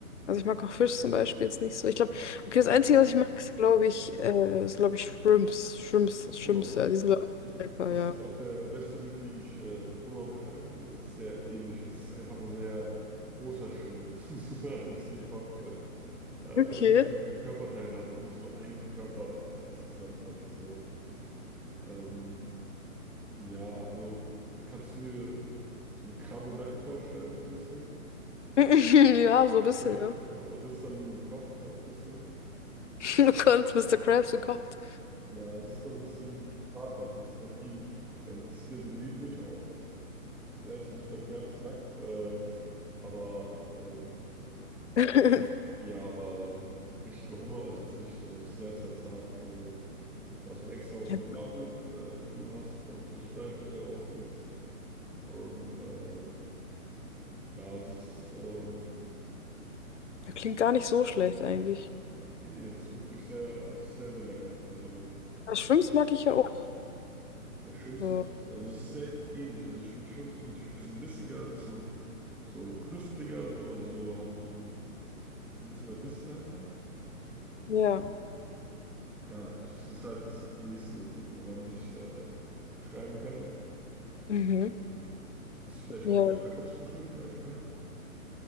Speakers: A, on the left; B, in the centre.
A: Also ich mag auch Fisch zum Beispiel jetzt nicht so. Ich glaube, okay, das
B: Aber-
A: Einzige, was ich mag, ist, glaube ich, äh, ist, glaube ich, Shrimps. Shrimps, Shrimps,
B: Genau.
A: ja, die sind, glaube
B: So,
A: ich, lecker,
B: das
A: ja.
B: ist auch der beste Weg, wie ich äh, Hummer beschreiben würde. Es ist sehr ähnlich. Es ist einfach ein sehr großer Schrimp, <laughs> sozusagen, muss ich dir vorstellen. Äh,
A: Okay.
B: der ein bisschen mehr Körperteile hat und nicht so einen Körper insgesamt hat. So, ähm, ja, also kannst du dir so eine Krabbe nackt vorstellen, so ein bisschen.
A: <laughs> Ja, so ein
B: Eine
A: bisschen,
B: Crabs,
A: ja.
B: so, aber das ist dann nur gekocht halt ein bisschen.
A: <laughs> Du kannst Mister Krabs gekocht.
B: Ja, es ist dann ein bisschen harter, also es ist dann viel, weil das sieht ja so ledrig aus. Vielleicht so Mr. Krabs nackt, äh, aber ähm,
A: <laughs>
B: ja, aber so ein richtiger Hummer ist jetzt nicht, also ist sehr, sehr zart. Also du hast dann extra auch so
A: Ja,
B: eine Gabel, äh, die du hast, damit du das Fleisch besser rauskriegst. Und äh, ja, es ist, ähm,
A: das klingt gar nicht so schlecht eigentlich.
B: nee, nee, es ist wirklich sehr, es ist sehr, sehr lecker. Also
A: Aber Shrimps mag ich ja auch.
B: ja, Schrimps
A: So.
B: sind auch, also es ist sehr ähnlich. Also ich finde Schrimps sind natürlich ein bisschen bissiger, ein bisschen so knuspriger, so, also so haben so ein, haben ein bisschen mehr Biss dahinter.
A: Ja.
B: ja, das ist halt das Nächste, woran ich äh, beschreiben kann.
A: Mhm.
B: Hm. Hast du vielleicht
A: Ja.
B: auch so Jakobsmuscheln vielleicht gehabt?